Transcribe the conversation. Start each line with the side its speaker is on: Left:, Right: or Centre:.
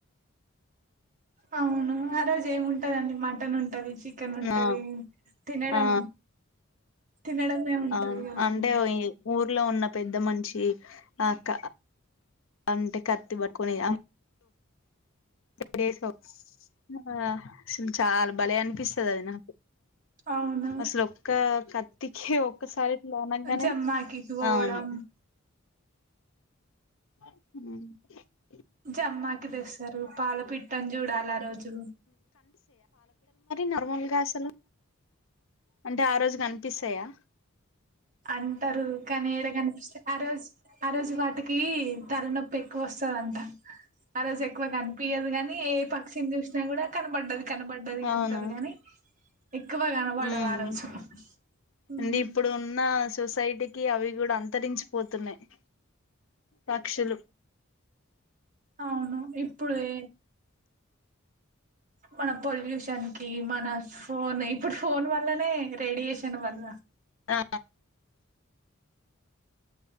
Right: అవును ఆ రోజు ఏమింటదండి మటన్ ఉంటది చికెన్ ఉంటది
Left: ఆ
Right: తినడం
Left: ఆ
Right: తినడమే ఉంటది
Left: అవును
Right: కదండి
Left: అంటేఊర్లో ఉన్న పెద్దమనిషి ఆక్క అంటే కత్తి పట్టుకనే త్రీ సోప్ హా అసలు చాలా భలే అనిపిస్తుంది వదిన
Right: అవును
Left: అసలు ఒక్క కత్తికి ఒక్కసారి నంగానే
Right: జమ్మాకి పోవడం
Left: అవును ఉ
Right: జమ్మాకి తెస్తారు పాల పిట్టని చూడాలి ఆ రోజు
Left: నార్మల్గా అసలు అంటే ఆ రోజు కనిపిస్తాయా
Right: అంటారు కానీ కనిపిస్తా ఆ రోజు ఆ రోజు వాటికి కి తలనొప్పి ఎక్కువ వస్తది అంట ఆరోజు ఎక్కువ కనిపయదు కాగాని ఏ పక్షిని చూసినా కూడా కనపడ్డది కనపడ్డది
Left: అవును
Right: అంటారు గాని ఎక్కువ కనపడవా
Left: ఉమ్
Right: ఆరోజు ఉమ్
Left: అంటే ఇప్పుడు ఉన్న సొసైటీకి అవి కూడా అంతరించిపోతున్నాయి పక్షులు
Right: అవును ఇప్పుడే
Left: <inaudible>
Right: మన పొల్యూషన్ కి మన ఫోన్ ఇప్పుడు ఫోన్ వల్లనే రేడియేషన్ వల్ల
Left: ఆ